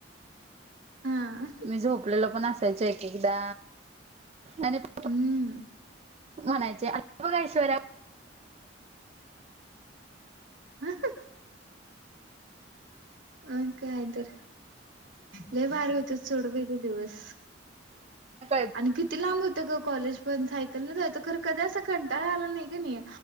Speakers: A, on the right; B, on the right.
A: हां
B: मी झोपलेलो पण असायचं एक एकदा आणि प
A: हम्म
B: म्हणायचे आली बघा ऐश्वर्या
A: ह अ मग काय तर लय भारी होतत सोड बाई ते दिवस
B: कळत
A: आणि किती लांब होत गं कॉलेज पण सायकल न जायच खरं कधी असा कंटाळा आला नाही की नाही